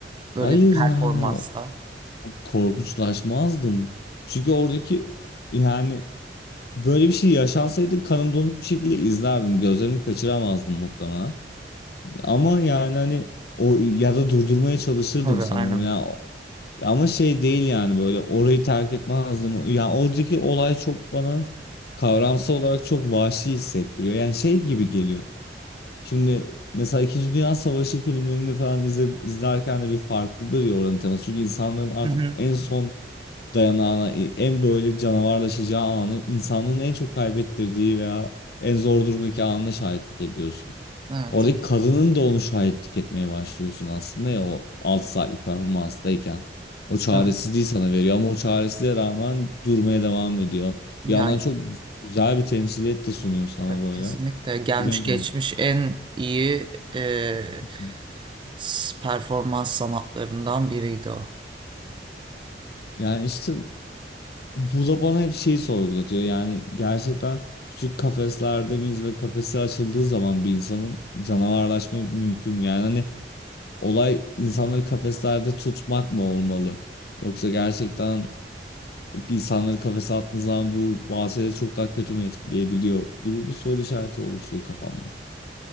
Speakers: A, on the right; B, on the left.
A: böyle
B: Hayır
A: bir performansta?
B: yani korkunçlaşmazdım. Çünkü oradaki yani böyle bir şey yaşansaydı kanım donuk bir şekilde izlerdim. Gözlerimi kaçıramazdım muhtemelen. Ama yani hani o ya da durdurmaya çalışırdım
A: Tabii,
B: sanırım.
A: aynen.
B: Ya ama şey değil yani böyle orayı terk etmezdim. Yani oradaki olay çok bana kavramsal olarak çok vahşi hissettiriyor. Yani şey gibi geliyor. Şimdi mesela İkinci Dünya Savaşı filmlerini falan izle- izlerken de bir farklıdır ya oranın teması. Çünkü insanların artık
A: Hı hı.
B: en son dayanağına e, en böyle canavarlaşacağı anı insanlığın en çok kaybettirdiği veya en zor durumdaki anına şahitlik ediyorsun.
A: Evet.
B: Oradaki kadının da onu şahitlik etmeye başlıyorsun aslında ya o 6 saatlik performanstayken. O çaresizliği
A: Tabii.
B: sana veriyor ama o çaresizliğe rağmen durmaya devam ediyor.
A: Yani
B: Bir yandan çok güzel bir temsiliyet de sunuyor sana
A: evet
B: böyle.
A: kesinlikle gelmiş
B: Bilemiyorum.
A: geçmiş en iyi e,
B: <laughs>
A: s- performans sanatlarından biriydi o.
B: Yani işte Bu da bana hep şeyi sorgulatıyor. Yani gerçekten küçük kafeslerde miyiz ve kafesi açıldığı zaman bir insanın canavarlaşma mümkün mü? Yani hani olay insanları kafeslerde tutmak mı olmalı? Yoksa gerçekten insanları kafese attığın zaman bu bahsede çok daha kötü mü etkileyebiliyor gibi bir soru işareti oluşuyor kafamda.